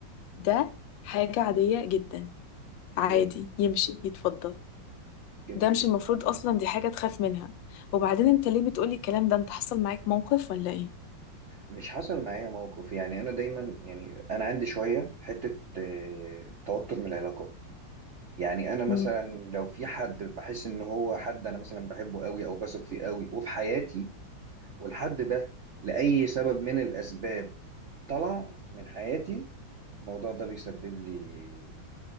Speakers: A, on the left; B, on the right.
A: ده حاجة عادية جدا عادي
B: جميل
A: يمشي يتفضل
B: جميل
A: ده مش
B: جدا
A: المفروض أصلا دي حاجة تخاف منها وبعدين أنت ليه بتقولي الكلام ده أنت حصل معاك موقف ولا إيه؟
B: مش حصل معايا موقف يعني انا دايما يعني انا عندي شويه حته آه، توتر من العلاقات يعني انا مثلا
A: مم.
B: لو في حد بحس ان هو حد انا مثلا بحبه قوي او بثق فيه قوي وفي حياتي والحد ده لاي سبب من الاسباب طلع من حياتي الموضوع ده بيسبب لي